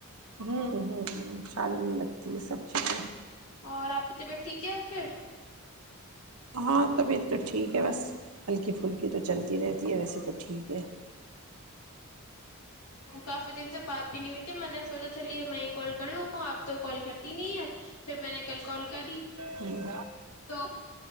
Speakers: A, on the right; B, on the left.
A: ہ ہ ہ چھالے میں ہی لگتی ہے سب چیزیں
B: اور آپ کی طبیعت ٹھیک ہے اور پھر
A: ہاں طبیعت تو ٹھیک ہے بس ہلکی پھلکی تو چلتی رہتی ہے ویسے تو ٹھیک ہے
B: کافی دن سے بات بھی نہیں ہوئی تھی میں نے سوچا چلیے میں یہ کال کر لوں آپ تو کال کرتی نہیں ہے پھر میں نے کل کال کری
A: جی <unintelligible>
B: تو